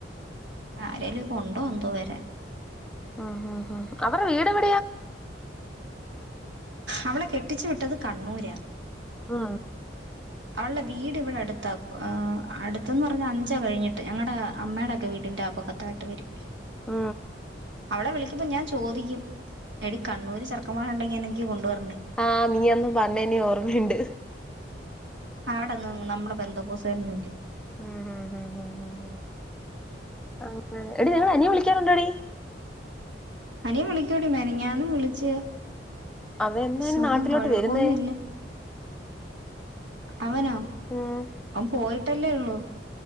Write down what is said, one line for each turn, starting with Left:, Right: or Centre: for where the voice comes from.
Right: ആരേലും കൊണ്ടോ എന്തോ വ
Centre: ആ ആ അവരുടെ വീട് എ
Right: അവളെ കെട്ടിച്ച് വിട്ടത് കണ്ണൂരാ
Centre: ആ
Right: അവളുടെ വീട് ഇവിടെ അടുത്താ ആ അടുത്തെന്ന് പറഞ്ഞാ അഞ്ച കഴിഞ്ഞിട്ട് ഞങ്ങടെ അമ്മെടെ ഒക്കെ വീടിന്റെ അപകത്തായിട്ട് വെരും
Centre: ആ
Right: അവളെ വിളിക്കുമ്പോ ഞാൻ ചോദിക്കും എടി കണ്ണൂര് ചെർക്കമാര് ഉണ്ടെങ്കി എനിക്ക് കൊണ്ട് വ
Centre: ആ നീ അന്ന് പർണെനെ ഓർമ്മ ഇണ്ട്
Right: അവ്ടെന്നും നമ്മളെ ബന്ത്കോസരൊന്നും ഇല്ല
Centre: ഉം ഉം ഉം ഉം ഉം ഉം അങ്ങനെ എടി നിങ്ങളെ അനിയൻ വിളി ക്കാറുണ്ടെടി
Right: അനിയൻ വിളിക്കും എടി മെനഞാന്നു വിളിച്ച്
Centre: അവൻ എന്നാ
Right: സുഖം
Centre: ഇനി നാട്ടിലോട്ട്
Right: കൊഴപ്പൊന്നുല്ല
Centre: വെരുന്നെ
Right: അവനോ
Centre: ഉം
Right: അവൻ പോയിട്ടല്ലെ ഒള്ളു